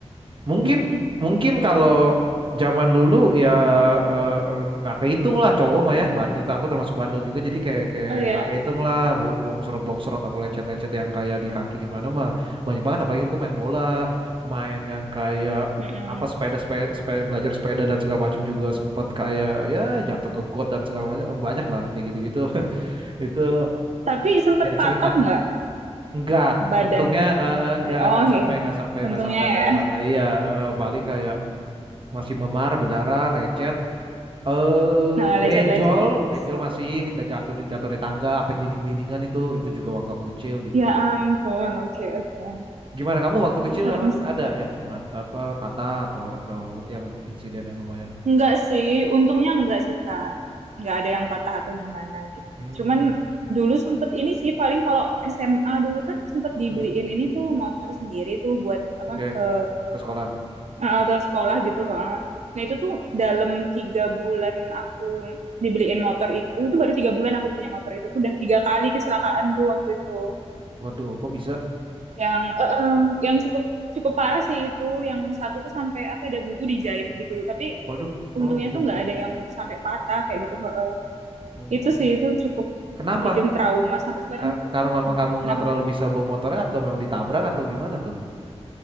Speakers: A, on the right; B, on the right.
A: Mungkin
B: Mm-mm.
A: mungkin kalau zaman dulu ya eh, nggak kehitung lah cowok mah ya bandel aku termasuk bandel juga jadi kayak kayak
B: oh ya
A: nggak kehitung lah bu- bongsorot-bongsorot atau lecet-lecet yang kayak di kaki di mana mah banyak banget apalagi aku main bola main yang kayak
B: Mm-mm.
A: apa sepeda sepeda, sepeda belajar sepeda dan segala macam juga sempet kayak ya jatuh ke got dan segala macam banyak lah kayak gitu-gitu <laughs> itu
B: tapi sempet
A: jadi cerita
B: patah nggak
A: enggak
B: badanmu
A: untungnya eh, eh, enggak
B: Ada- oh
A: enggak sampai
B: iya
A: enggak sampai enggak
B: untungnya
A: sampai ada
B: ya
A: yang patah iya eh, eh, paling kayak masih memar, berdarah, lecet, eh
B: nah lecet-lecet
A: benjol,
B: udah biasa
A: benjol masih
B: tuh
A: udah jatuh di- jatuh dari tangga sampai glinding-glindingan itu itu juga waktu aku kecil gitu.
B: ya ampun oke oke
A: Gimana kamu waktu
B: Ini
A: kecil
B: serem
A: emang
B: sih
A: ada yang at- apa patah atau atau yang lu- insiden yang lumayan?
B: Enggak sih, untungnya enggak sih Kak. Enggak ada yang patah atau gimana gitu.
A: Hmm,
B: Cuman dulu sempet ini sih paling kalau SMA dulu kan sempet
A: mm-mm.
B: dibeliin ini tuh motor sendiri tuh buat apa
A: Oke,
B: ke
A: ke sekolah.
B: eh, ke sekolah gitu. ha. Nah itu tuh dalam tiga bulan aku dibeliin motor itu, itu baru tiga bulan aku punya motor itu tuh udah tiga kali kecelakaan tuh waktu itu.
A: Waduh, kok bisa?
B: Yang eh, eh, yang cukup cukup parah sih itu, yang satu tuh sampai apa ada buku dijahit gitu. Tapi
A: Waduh,
B: untungnya
A: oh gitu.
B: tuh nggak ada yang sampai patah kayak gitu. heeh.
A: Oh,
B: Itu sih itu cukup
A: kenapa?
B: bikin trauma sampai sekarang.
A: Ka- karena memang kamu
B: Kenapa?
A: nggak terlalu bisa bawa motornya atau memang ditabrak atau gimana tuh?